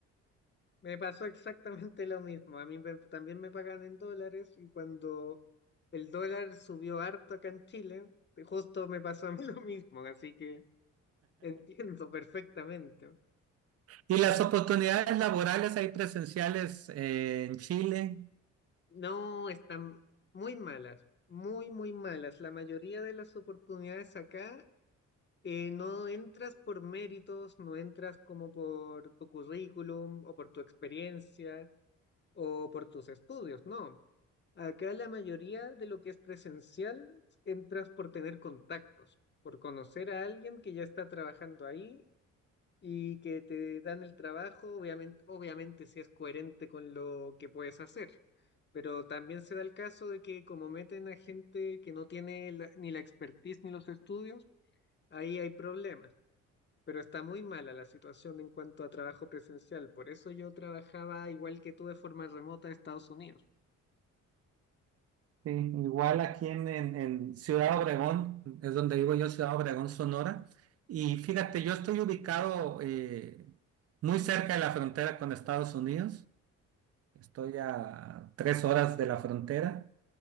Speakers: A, on the left; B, on the right.
A: Me pasó exactamente lo mismo. A mí me- también me pagan en dólares y cuando el dólar subió harto acá en Chile, justo me pasó a mí <laughs> lo mismo. Así que entiendo perfectamente.
B: y las oportunidades laborales ahí presenciales eh, en Chile,
A: No, están muy malas, muy, muy malas. La mayoría de las oportunidades acá eh, no entras por méritos, no entras como por tu currículum o por tu experiencia o por tus estudios, no. Acá la mayoría de lo que es presencial entras por tener contactos, por conocer a alguien que ya está trabajando ahí y que te dan el trabajo, obviamente, obviamente si es coherente con lo que puedes hacer. Pero también se da el caso de que como meten a gente que no tiene la- ni la expertise ni los estudios, ahí hay problemas. Pero está muy mala la situación en cuanto a trabajo presencial. Por eso yo trabajaba igual que tú de forma remota de Estados Unidos.
B: sí, igual aquí en, en, en Ciudad Obregón, es donde vivo yo, Ciudad Obregón, Sonora. Y fíjate, yo estoy ubicado eh, muy cerca de la frontera con Estados Unidos, estoy a tres horas de la frontera.